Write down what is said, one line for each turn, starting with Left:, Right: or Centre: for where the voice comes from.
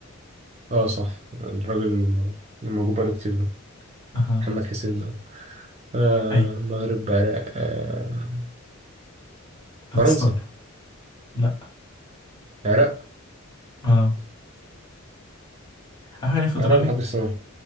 Right: اه صح الراجل اللي م- اللي موجود بقاله كتير ده
Left: أها
Right: محمد حسين ده آه
Left: أيوه
Right: مغرب عراق آه
Left: أنت
Right: فرنسا
Left: تستغرب لا
Right: عراق
Left: اه عارف يعني إيه فيدرالي
Right: عراق محدش سمع